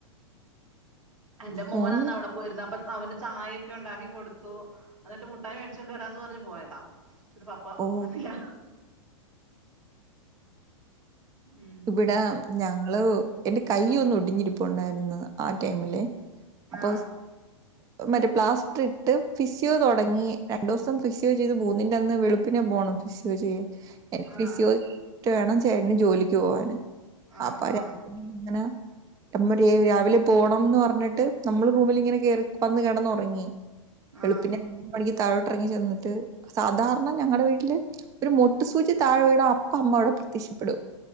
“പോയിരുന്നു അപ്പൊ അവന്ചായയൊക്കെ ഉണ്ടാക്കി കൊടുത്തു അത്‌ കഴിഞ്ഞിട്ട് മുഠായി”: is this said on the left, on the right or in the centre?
Right